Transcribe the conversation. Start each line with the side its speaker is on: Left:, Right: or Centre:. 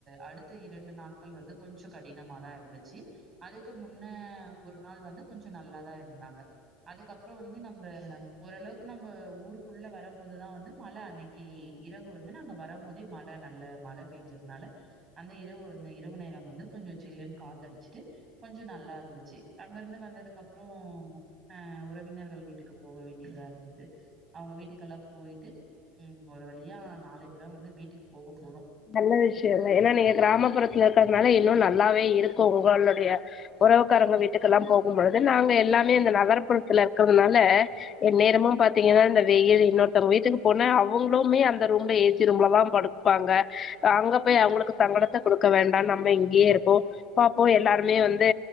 Right: அடுத்த இரண்டு நாட்கள் வந்து கொஞ்ச கடினமாதா இருந்துச்சு அதுக்கு முன்ன ஒரு நாள் வந்து கொஞ்ச நல்லாதா இருந்தாங்க அதுக்கப்புறோ வந்து நம்ம ஓரளவுக்கு நம்ம ஊருக்குள்ள வரம்போதுதா வந்து மழ அன்னக்கி இரவு வந்து நாங்க வ வரம்போதே மழ நல்ல மழ பேஞ்சதுனால அந்த இரவு வந் இரவு நேரம் வந்து கொஞ்சோ சில்லுன்னு காத்தடிச்சுட்டு கொஞ்சோ நல்லா இருந்துச்சு அங்க இருந்து வந்ததுக்கு அப்றோ ஆ உறவினர்கள் வீட்டுக்கு போக வேண்டியதா இருந்தது அவங்க வீட்டுக்கெல்லா போயிட்டு ம் ஒரு வழியா நாளக் கிதா வந்து வீட்டுக்கு போகப் போறோ
Left: நல்ல விஷயந்தா ஏன்னா நீங்க கிராமப்புறத்துல இருக்கிறதுனால இன்னு நல்லாவே இருக்கு உங்களுடைய உறவுக்காரங்க வீட்டுக்கெல்லா போகும்பொழுது நாங்க எல்லாமே இந்த நகரப்புறத்துல இருக்கிறதுனால எந்நேரமும் பாத்தீங்கன்னா இந்த வெயில் இன்னொருத்தவங்க வீட்டுக்கு போனா அவங்களுமே அந்த ரூம்ல ஏ சி ரூம்லதா படுப்பாங்க அங்க போய் அவுங்களுக்கு சங்கடத்த குடுக்க வேண்டா நம்ம இங்கேயே இருக்கோ பாப்போ எல்லாருமே வந்து